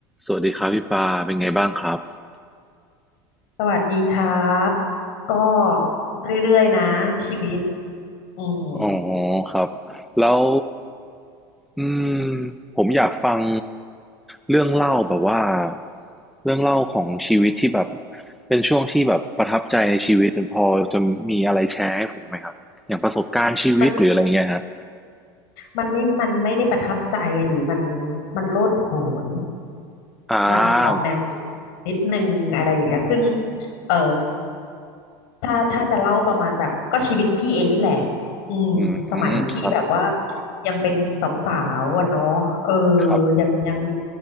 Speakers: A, in the centre; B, on the left.
A: สวัสดีครับพี่ปาเป็นไงบ้างครับ
B: สวัสดีครับก็เรื่อยๆนะชีวิตอืม
A: อ๋อครับแล้วอืมผมอยากฟังเรื่องเล่าแบบว่าเรื่องเล่าของชีวิตที่แบบเป็นช่วงที่แบบประทับใจในชีวิตพอจะมีอะไรแชร์ให้ผมไหมครับอย่างประสบการณ์ชีวิตหรืออะไรเงี้ยฮะ
B: มันมันไม่มันไม่ได้ประทับใจอะดิมันมันโลดโผน
A: อ่า
B: มันออกแนวนิดนึงอะไรอย่างเงี้ยซึ่งเออถ้าถ้าจะเล่าประมาณแบบก็ชีวิตพี่เองนี่แหละอืมสมัยพี่แบบว่า
A: อืมครับ
B: ยังเป็นสาวๆอะเนาะเออ
A: ครับ
B: ยังยังมี